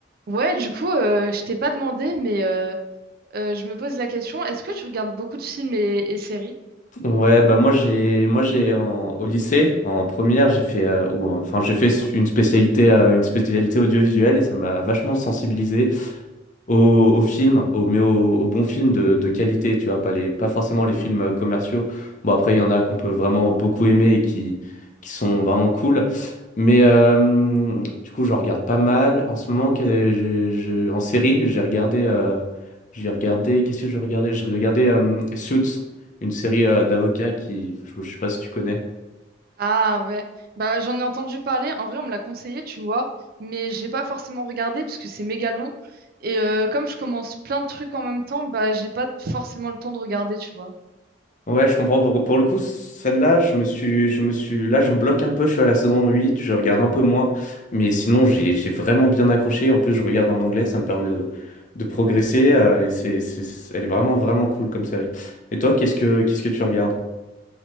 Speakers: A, on the right (about 55°); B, on the left (about 45°).
A: Ouais, du coup, euh, je t'ai pas demandé, mais euh, euh, je me pose la question, est-ce que tu regardes beaucoup de films et, et séries?
B: Ouais, bah moi j'ai moi j'ai en- au lycée en première, j'ai fait euh, ou, en- enfin j'ai fait une spécialité euh, une spécialité audiovisuelle et ça m'a vachement sensibilisé au, au film, au, mais au, au bon film de, de qualité, tu vois, pas les, pas forcément les films euh, commerciaux. Bon, après, il y en a qu'on peut vraiment beaucoup aimer et qui, qui sont vraiment cool. Mais euh, du coup, je regarde pas mal. En ce moment, que- je- je- en série, j'ai regardé, euh, j'ai regardé, qu'est-ce que je regardais? Je regardais euh, Suits, une série euh, d'avocats qui, je, je sais pas si tu connais.
A: Ah ouais, bah j'en ai entendu parler, en vrai on me l'a conseillé, tu vois, mais j'ai pas forcément regardé parce que c'est méga long. Et euh, comme je commence plein de trucs en même temps, bah j'ai pas forcément le temps de regarder, tu vois.
B: Ouais, je comprends. Pour, pour le coup, celle-là, je me suis, je me suis, là, je bloque un peu. Je suis à la saison 8, je regarde un peu moins. Mais sinon, j'ai, j'ai vraiment bien accroché. En plus, je regarde en anglais, ça me permet de, de progresser. euh, et c'est, c'est, c'est- elle est vraiment, vraiment cool comme série. Et toi, qu'est-ce que, qu'est-ce que tu regardes?